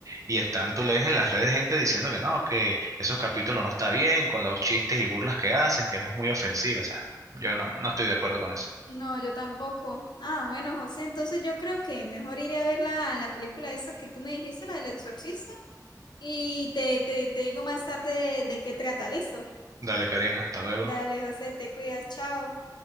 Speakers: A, on the right (about 45°); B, on the left (about 75°).
A: y están, tú lees en las redes gente diciendo que no, que esos capítulos no está bien, con los chistes y burlas que hacen, que es muy ofensivo, o sea, yo no, no estoy de acuerdo con eso.
B: No, yo tampoco. Ah, bueno, José, entonces yo creo que mejor iré a ver la, la película esa que tú me dijiste, la del exorcista, y te, te, te digo más tarde de, de qué trata, ¿listo?
A: Dale, Karina, hasta luego.
B: Dale, José, te cuidas, chao.